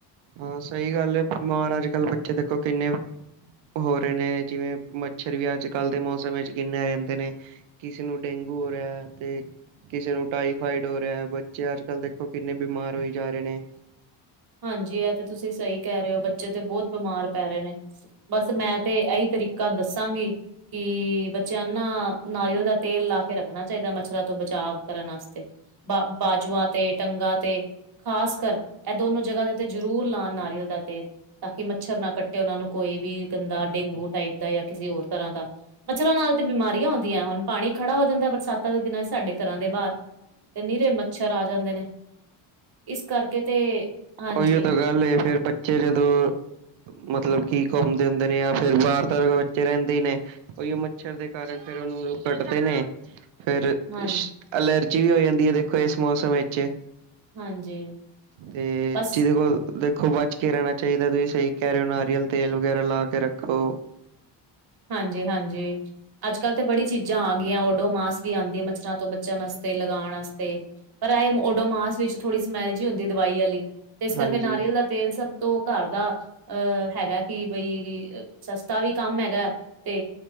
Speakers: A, on the right (about 65°); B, on the right (about 50°).
A: ਹਾਂ ਸਹੀ ਗੱਲ ਏ ਬਿਮਾਰ ਅੱਜ-ਕੱਲ ਬੱਚੇ ਦੇਖੋ ਕਿੰਨੇ ਹੋ ਰਹੇ ਨੇ ਜਿਵੇਂ ਮੱਛਰ ਵੀ ਅੱਜ-ਕੱਲ ਦੇ ਮੌਸਮ ਵਿੱਚ ਕਿੰਨੇ ਆ ਜਾਂਦੇ ਨੇ। ਕਿਸੇ ਨੂੰ ਡੇਂਗੂ ਹੋ ਰਿਹਾ ਐ ਤੇ ਕਿਸੇ ਨੂੰ ਟਾਈਫਾਈਡ ਹੋ ਰਿਹਾ, ਬੱਚੇ ਅੱਜ ਕੱਲ ਦੇਖੋ ਕਿੰਨੇ ਬਿਮਾਰ ਹੋਈ ਜਾ ਰਹੇ ਨੇ।
B: ਹਾਂਜੀ ਐ ਤੇ ਤੁਸੀਂ ਸਹੀ ਕਹਿ ਰਹੇ ਹੋ ਬੱਚੇ ਤੇ ਬਹੁਤ ਬਿਮਾਰ ਪੈ ਰਹੇ ਨੇ। ਬਸ ਮੈਂ ਤੇ ਐਹੀ ਤਰੀਕਾ ਦੱਸਾਂਗੀ ਕੀ ਬੱਚਿਆਂ ਨੂੰ ਨਾ ਨਾਰੀਅਲ ਦਾ ਤੇਲ ਲਾ ਕੇ ਰੱਖਣਾ ਚਾਹੀਦਾ ਮੱਛਰਾਂ ਤੋਂ ਬਚਾਅ ਕਰਨ ਵਾਸਤੇ, ਬਾ ਬਾਜੂਆਂ ਤੇ ਟੰਗਾ ਤੇ ਖ਼ਾਸ ਕਰ ਇਹ ਦੋਨੋ ਜਗ੍ਹਾ ਦੇ ਤੇ ਜ਼ਰੂਰ ਲਾਉਣ ਨਾਰੀਅਲ ਦਾ ਤੇਲ। ਤਾਂ ਕਿ ਮੱਛਰ ਨਾ ਕੱਟੇ ਉਹਨਾਂ ਨੂੰ ਕੋਈ ਵੀ ਗੰਦਾ ਡੇਂਗੂ ਟਾਈਪ ਦਾ ਜਾਂ ਕਿਸੇ ਹੋਰ ਤਰ੍ਹਾਂ ਦਾ। ਮੱਛਰਾਂ ਨਾਲ ਤੇ ਬਿਮਾਰੀਆਂ ਆਉਂਦੀਆਂ, ਹੁਣ ਪਾਣੀ ਖੜਾ ਹੋ ਜਾਂਦਾ ਬਰਸਾਤਾਂ ਦੇ ਦਿਨਾਂ ਚ ਸਾਡੇ ਘਰਾਂ ਦੇ ਬਾਹਰ। ਤੇ ਨਿਰੇ ਮੱਛਰ ਆ ਜਾਂਦੇ ਨੇ, ਇਸ ਕਰਕੇ ਤੇ ਹਾਂਜੀ
A: ਓਈਓ ਤੇ ਗੱਲ ਐ ਫਿਰ ਬੱਚੇ ਜਦੋਂ ਮਤਲਬ ਕੀ ਘੁੰਮਦੇ ਹੁੰਦੇ ਨੇ ਜਾਂ ਫਿਰ ਬਾਹਰ ਤਾਂ ਬੱਚੇ ਰਹਿੰਦੇ ਈ ਨੇ। ਓਈਓ ਮੱਛਰ ਦੇ ਕਾਰਨ ਫਿਰ ਉਹਨਾਂ ਨੂੰ ਕੱਟਦੇ ਨੇ। ਫਿਰ
B: ਹਾਂ
A: ਛ ਅਲਰਜੀ ਵੀ ਹੋ ਜਾਂਦੀ ਐ ਦੇਖੋ ਇਸ ਮੌਸਮ ਵਿੱਚ।
B: ਹਾਂਜੀ।
A: ਤੇ
B: ਬਸ
A: ਜਿਹਦੇ ਕੋਲ ਦੇਖ ਤੋਂ ਬਚ ਕੇ ਰਹਿਣਾ ਚਾਹੀਦਾ ਤੁਸੀਂ ਸਹੀ ਕਹਿ ਰਹੇ ਓ ਨਾਰੀਅਲ ਤੇਲ ਵਗੈਰਾ ਲਾ ਕੇ ਰੱਖੋ।
B: ਹਾਂਜੀ ਹਾਂਜੀ। ਅੱਜ-ਕੱਲ ਤਾਂ ਬੜੀ ਚੀਜ਼ਾਂ ਆ ਗਈਆਂ ਓਡੋਮਾਸ ਵੀ ਆਂਦੀ ਐ ਮੱਛਰਾਂ ਤੋਂ ਬਚਣ ਵਾਸਤੇ ਲਗਾਣ ਵਾਸਤੇ। ਪਰ ਐ ਓ ਓਡੋਮਾਸ ਵਿੱਚ ਥੋੜੀ ਸਮੈਲ ਜੀ ਹੁੰਦੀ ਦਵਾਈ ਵਾਲੀ ਤੇ ਇਸ ਕਰਕੇ
A: ਹਾਂਜੀ
B: ਨਾਰੀਅਲ ਦਾ ਤੇਲ ਸਭ ਤੋਂ ਘਰ ਦਾ ਅਹ ਹੈਗਾ ਕਿ ਬਈ ਸਸਤਾ ਵੀ ਕੰਮ ਹੈਗਾ। ਤੇ